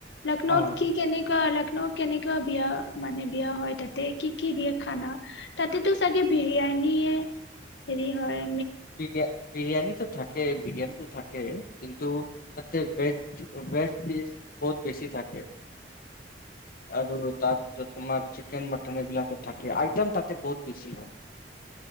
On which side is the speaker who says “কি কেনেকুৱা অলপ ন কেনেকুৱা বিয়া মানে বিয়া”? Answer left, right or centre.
Left